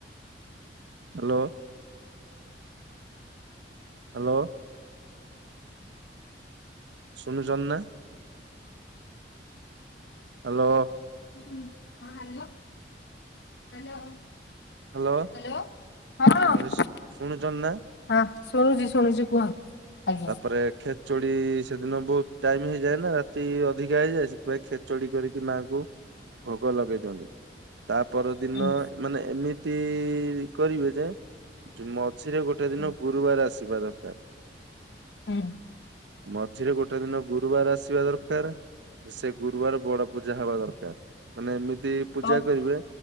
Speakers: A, on the right; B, on the left.
A: ହାଲୋ। ହାଲୋ। ସୁଣୁଚନ୍ତି ନା। ହାଲୋ।
B: ହଁ ଶୁଣୁଚି ହଁ ହ୍ୟାଲୋ ହ୍ୟାଲୋ।
A: ହ୍ୟାଲୋ
B: ହାଲୋ ହଁ।
A: ମାନେ ଶୁଣୁଛନ୍ତି ନା
B: ହଁ ଶୁଣୁଛି ଶୁଣୁଛି କୁହ। ଆଜ୍ଞା
A: ତାପରେ। ଖେଚୁଡି ସେଦିନ ବହୁତ ଟାଇମ ହେଇଯାଏ ନା ରାତି ଅଧିକା ହେଇଯାଏ ସେଥିପାଇଁ ଖେଚୁଡି କରିକି ମାଙ୍କୁ। ଭୋଗ ଲଗେଇ ଦିଅନ୍ତୁ ତା ପରଦିନ
B: ହୁଁ
A: ମାନେ ଏମିତି କରିବେ ଯେ। ଯୋଉ ମଝିରେ ଗୋଟେ ଦିନ
B: ହୁଁ
A: ଗୁରୁବାର ଆସିବା ଦରକାର।
B: ହୁଁ।
A: ମଝିରେ ଗୋଟେ ଦିନ ଗୁରୁବାର ଆସିବା ଦରକାର। ସେ ଗୁରୁବାର ବଡ ପୂଜା ହବା ଦରକାର ମାନେ ଏମିତି। ପୂଜା
B: କଣ
A: କରିବେ